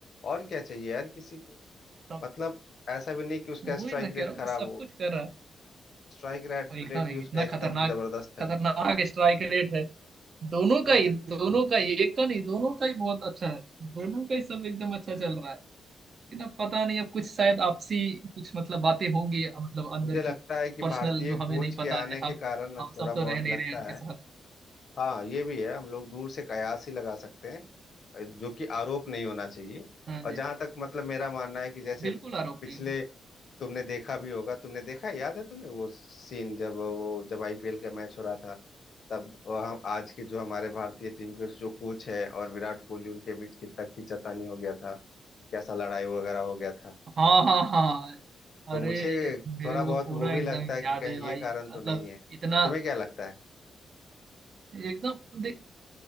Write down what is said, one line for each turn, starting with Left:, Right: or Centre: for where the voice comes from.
Left: और क्या चाहिए यार किसी को
Right: जी
Left: मतलब ऐसा भी नहीं कि उसका
Right: वही
Left: स्ट्राइक
Right: मैं कह
Left: रेट
Right: रहा हूँ
Left: खराब
Right: सब
Left: हो
Right: कुछ कर रहा है
Left: स्ट्राइक रेट
Right: और एकदम
Left: रेट भी उसका
Right: इतना खतरनाक
Left: एकदम जबरदस्त है
Right: खतरनाक स्ट्राइक रेट है दोनों का
Left: और
Right: ही
Left: नहीं तो,
Right: दोनों का ही एक का नहीं दोनों का ही बहुत अच्छा है दोनों का ही सब एकदम अच्छा चल रहा है लेकिन अब पता नहीं अब कुछ शायद आपसी कुछ मतलब बातें होंगी मतलब अंदर
Left: मुझे लगता
Right: की
Left: है कि
Right: पर्सनल
Left: भारतीय
Right: जो
Left: कोच
Right: हमें नहीं पता
Left: के आने
Right: है
Left: के
Right: हम
Left: कारण ना
Right: हम
Left: थोड़ा
Right: सब
Left: बहुत
Right: तो रह नहीं
Left: लगता
Right: रहे उनके
Left: है
Right: साथ
Left: हाँ ये भी है हम लोग दूर से कयास ही लगा सकते हैं जो कि आरोप नहीं होना चाहिए
Right: हाँ जी
Left: और जहां तक मतलब मेरा मानना है कि जैसे
Right: बिल्कुल आरोप
Left: पिछले
Right: नहीं है।
Left: तुमने देखा भी होगा तुमने देखा है, याद है तुम्हें वो सीन जब वो जब आईपीएल का मैच हो रहा था तब अ, हम आज के जो हमारे भारतीय टीम के जो कोच है और विराट कोहली उनके बीच कितना खींचातानी हो गया था कैसा लड़ाई वगैरह हो गया था
Right: हाँ हाँ हाँ हाँ।
Left: तो
Right: अरे
Left: मुझे
Right: मेरे
Left: थोड़ा बहुत
Right: को पूरा
Left: वो भी
Right: एकदम
Left: लगता है कि
Right: याद
Left: कहीं
Right: है भाई
Left: ये कारण
Right: इतना-
Left: तो
Right: मतलब
Left: नहीं है
Right: इतना
Left: तुम्हें क्या लगता है
Right: एकदम देख